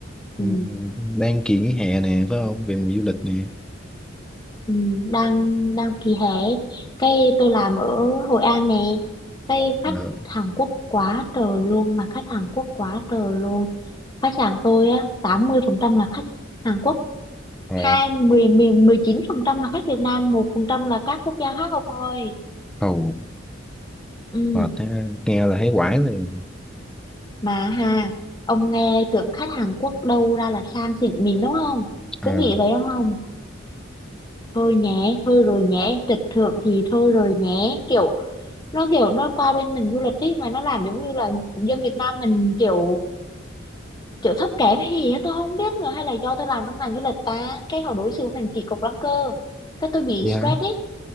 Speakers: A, in the centre; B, on the left (about 20°).
A: ừ,
B: Ừ,
A: đang kỳ nghỉ hè nè, phải không? Về mùa du lịch nè.
B: ừ, đang đang kỳ hè, cái tôi làm ở Hội An nè, cái khách
A: Ờ,
B: Hàn Quốc quá trời luôn, mà khách Hàn Quốc quá trời luôn. Khách sạn tôi á, 80% là khách Hàn Quốc
A: ờ,
B: hai mười miền mười chín phần trăm là khách Việt Nam một phần trăm là các quốc gia khác ông ơi
A: Ồ,
B: ừ
A: ờ, thế, nghe là thấy quải liền.
B: mà ha ông nghe tưởng khách Hàn Quốc đâu ra là sang xịn mình đúng không
A: À,
B: cứ nghĩ vậy đúng không thôi nhé thôi rồi nhé trịch thượng thì thôi rồi nhé kiểu nó kiểu nó qua bên mình du lịch ý mà nó làm giống như là dân Việt Nam mình kiểu kiểu thấp kém hay gì á tôi không biết nữa hay là do tôi làm trong ngành du lịch ta cái họ đối xử với mình kỳ cục lắm cơ cái tôi bị
A: vậy
B: stress
A: hả?
B: ấy